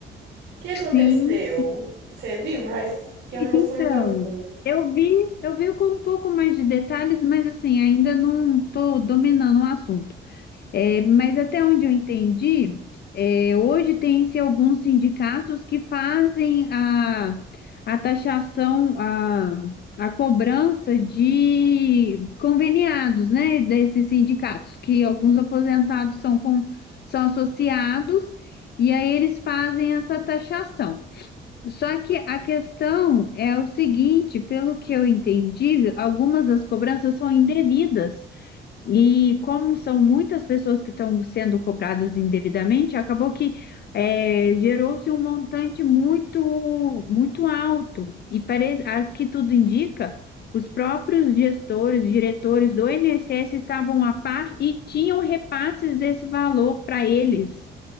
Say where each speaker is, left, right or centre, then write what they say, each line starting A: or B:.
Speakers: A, on the right (about 60°); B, on the left (about 55°).
A: que aconteceu?
B: Sim,
A: Você viu? Mas que eu não
B: então,
A: fui muito a fundo.
B: eu vi, eu vi com um pouco mais de detalhes, mas assim, ainda não estou dominando o assunto. É, mas até onde eu entendi, é, hoje tem-se alguns sindicatos que fazem a, a taxação, a, a cobrança de conveniados, né, desses sindicatos, que alguns aposentados são, com, são associados, e aí eles fazem essa taxação. Só que a questão é o seguinte, pelo que eu entendi, algumas das cobranças são indevidas. E como são muitas pessoas que estão sendo cobradas indevidamente, acabou que é, gerou-se um montante muito muito alto. E parece, a que tudo indica, os próprios gestores, diretores do INSS estavam a par e tinham repasses desse valor para eles.